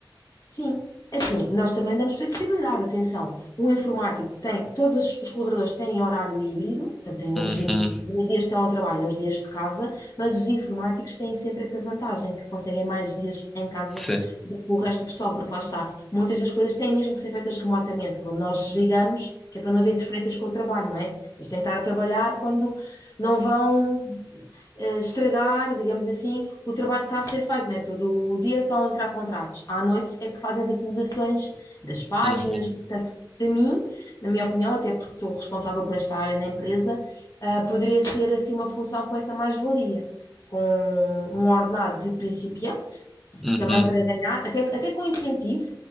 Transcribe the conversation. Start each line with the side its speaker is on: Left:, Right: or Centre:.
Left: sim. Assim, nós também damos flexibilidade, atenção. Um informático tem, todos os colaboradores têm horário híbrido, portanto, têm
Centre: Uhum,
Left: um regime dos dias de teletrabalho aos dias de casa, mas os informáticos têm sempre essa vantagem, que conseguem mais dias em casa
Centre: sim.
Left: do que o resto do pessoal, porque lá está, muitas das coisas têm mesmo que ser feitas remotamente, quando nós desligamos, que é para não haver interferências com o trabalho, não é? Eles têm que estar a trabalhar quando não vão eh, estragar, digamos assim, o trabalho que está a ser feito, né? Todo o dia estão a entrar contratos. À noite é que fazem as atualizações das páginas,
Centre: Uhum,
Left: portanto, para mim, na minha opinião, até porque estou responsável por esta área na empresa, eh, poderia ser assim uma função com essa mais-valia, com um ordenado de principiante
Centre: uhum,
Left: também para ganhar, até, até com incentivo,